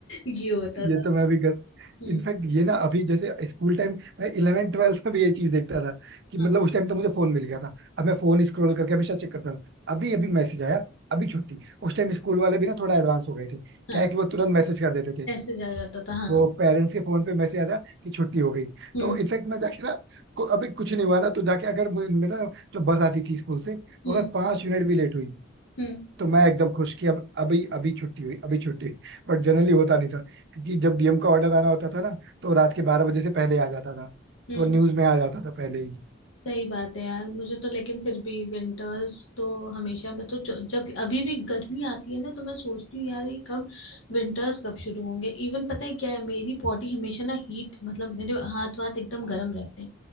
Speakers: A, on the left; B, on the right.
A: ये होता था
B: ये तो मैं भी कर
A: हम्म
B: इनफैक्ट ये ना अभी जैसे स्कूल टाइम मैं 11 ट्वेल्थ में भी ये चीज देखता था कि मतलब
A: हाँ
B: उस टाइम तो मुझे फोन मिल गया था अब मैं फोन स्क्रॉल करके हमेशा चेक करता था अभी अभी मैसेज आया अभी छुट्टी उस टाइम स्कूल वाले भी ना थोड़ा एडवांस हो गए थे क्या
A: हाँ
B: है कि वो तुरंत मैसेज कर देते थे
A: ऐसे जा जाता था हाँ
B: वो पेरेंट्स के फोन पे मैसेज आया था कि छुट्टी हो गई
A: हम्म
B: तो इनफैक्ट मैं जाके ना को- अभी कुछ नहीं हुआ ना तो जाके अगर मुझे- मेरा जो बस आती थी स्कूल से
A: हम्म
B: वो अगर पांच मिनट भी लेट हुई
A: हम्म
B: तो मैं एकदम खुश कि अब अभी अभी छुट्टी हुई अभी छुट्टी हुई बट जनरली होता नहीं था क्योंकि जब डीएम का ऑर्डर आना होता था ना तो रात के बारह बजे से पहले आ जाता था
A: हम्म
B: तो न्यूज में आ जाता था पहले ही
A: सही बात है यार मुझे तो लेकिन फिर भी विंटर्स तो हमेशा मैं तो जो- जब अभी भी गर्मी आती है ना तो मैं सोचती हूँ यार ये कब विंटर्स कब शुरू होंगे इवन पता है क्या है मेरी बॉडी हमेशा ना हीट मतलब मेरे हाथ वाथ एकदम गर्म रहते हैं